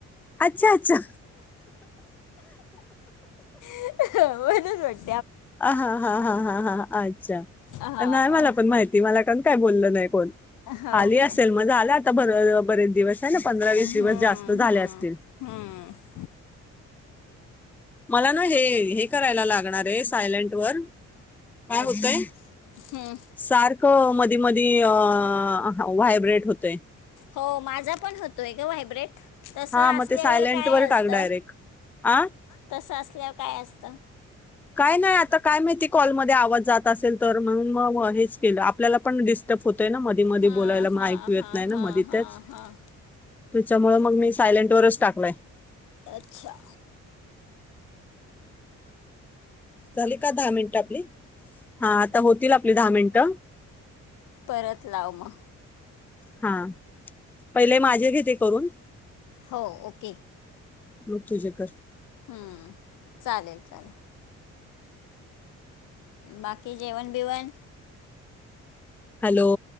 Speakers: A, in the centre; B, on the left.
A: अच्छा अच्छा
B: अन ऎंटिलेजेबल
A: आ हा हा हा हा हा अच्छा
B: हां
A: नाही मला पण माहिती मला काण काय बोलल नाही कोण
B: हो
A: आली
B: काय
A: असेल मजा आला आता बर बरेच दिवस आहे पंधरा वीस
B: हम्म,
A: दिवस जास्त झाले
B: हम्म,
A: असतील
B: हम्म.
A: मला ना हे हे करायला लागणार आहे सायलेंट वर काय
B: अच्छा
A: होतय
B: हम्म
A: सारक मधी मधी व्हायब्रेट होतेय
B: हो माझा पण होतोय ग व्हायब्रेट तस
A: हा
B: असल्यावर
A: मग ते सायलेंट
B: काय
A: वर
B: असत
A: टाक डायरेक्ट आ
B: तस असल्यावर काय असत
A: काय नाही आता काय माहिती कॉलमध्ये आवाज जात असेल तर म्हणुन मग हेच केलं आपल्याला पण डिस्टर्ब होत. ना मधी मध
B: हां
A: बोलायला म
B: हां
A: ऐकू येत
B: हां
A: नाही ना
B: हां
A: मधी
B: हां
A: त्याच
B: हां
A: त्याच्यामुळ
B: बरोबर
A: मग मी सायलेंट वरच टाकलाय.
B: अच्छा
A: झाली का दहा मिनिट आपली हा आता होतील आपली दहा मिनट.
B: परत लाव मग
A: हा पहिले माझे घेते करून.
B: हो ओके
A: तु तुजे कर.
B: हम्म चालेल चालेल बाकी जेवण बिवण
A: हॅलो